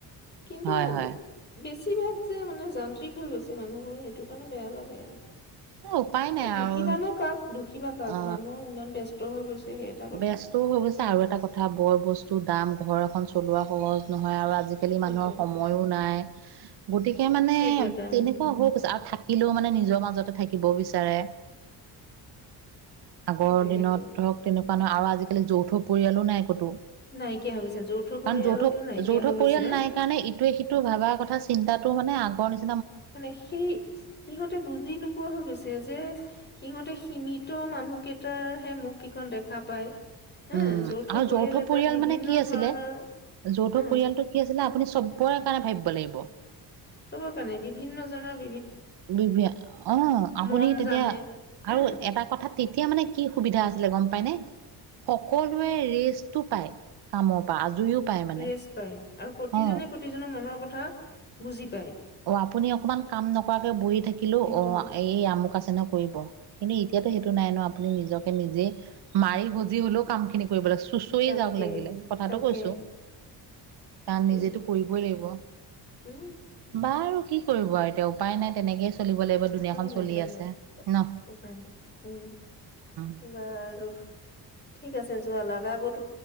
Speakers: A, on the left; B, on the right.
A: কিন্তু
B: হয়
A: বেছি
B: হয়
A: বেছিভাগ যে মানে যান্ত্ৰিক হৈ গৈছে মানুহবোৰ সেইটো কাৰণে বেয়া লাগে।
B: উপায় নাই
A: দুখীবা
B: আৰু
A: নো কাক দুখীবা কাক
B: অ
A: মানুহ ইমান ব্যস্ত হৈ গৈছে সেই এটা কথা।
B: ব্যস্তও হৈ গৈছে আৰু এটা কথা বৰ বস্তু দাম ঘৰ এখন চলোৱা সহজ নহয় আৰু আজ আজিকালি
A: সেইটো।
B: মানুহৰ সময়ো নাই, গতিকে মানে
A: সেইটো এটা
B: তেনেকুৱা হৈ গৈছে আৰু থা থাকিলেও মানে নিজৰ মাজতে থাকিব বিচাৰে আগৰ
A: সেইটোৱে
B: দিনত
A: সেইটোৱে
B: ধৰক তেনেকুৱা ন' আৰু আজিকালি যৌথ পৰিয়ালো নাই কতো।
A: নাইকিয়া হৈ গৈছে যৌথ পৰিয়ালটো
B: কাৰণ যৌথ-
A: নাইকিয়া
B: যৌথ
A: হৈ গৈছে।
B: পৰিয়াল নাই কাৰণে ইটোৱে- সিটো ভাবা কথা চিন্তা তোৰ মানে আগৰ নিচ
A: মানে সেই সিহঁতে বুজি নোপোৱা হৈ গৈছে যে সিহঁতে সীমিত মানুহ কেইটাৰ হে মুখ কেইখন দেখা পায় হা
B: উম আৰু যৌথ
A: এটাত
B: পৰিয়াল
A: বিভিন্ন
B: মানে কি আছিলে
A: ধৰণৰ
B: যৌথ পৰিয়ালটো
A: উম
B: কি আছিলে আপুনি চবৰে কাৰণে ভাবিব লাগিব।
A: চবৰ কাৰণে বিভিন্নজনৰ
B: বিভি অ আপুনি
A: মন
B: তেতিয়া
A: জানে হা
B: আৰু এটা কথা তেতিয়া মানে কি সুবিধা আছিলে গম পাই নে সকলোৱে ৰেষ্টটো পায় কামৰ পৰা আজৰিও পায় মানে
A: ৰেষ্ট পায় আৰু প্ৰতিজনে
B: অ
A: প্ৰতিজনৰ মনৰ কথা বুজি পায়।
B: অ আপুনি অকমান কাম নকৰাকে বহি থাকিলো
A: সেইটো
B: অ এই আমু ক আছে নহয় কৰিব। কিন্তু এতিয়াতো সেইটো নাই ন আপুনি নিজকে নিজেই মাৰি
A: সেইটো
B: ভজি হলেও কাম খিনি কৰিব লাগে চুঁচৰি
A: তাকে
B: যাওক লাগিলে কথাটো
A: তাকে
B: কৈছোঁ।
A: সেইটোৱে
B: কাৰণ নিজেতো কৰিবই লাগিব।
A: উম!
B: বা আৰু কি কৰিব আৰু এতিয়া উপায় নাই তেনেকে চলিব লাগিব দোনীয়াখন
A: উপায় নাই
B: চলি
A: উপায়
B: আছে
A: নাই
B: ন।
A: উপায় নাই উম
B: <unintelligible>
A: বাৰু ঠিক আছে যোৱা লাগা গত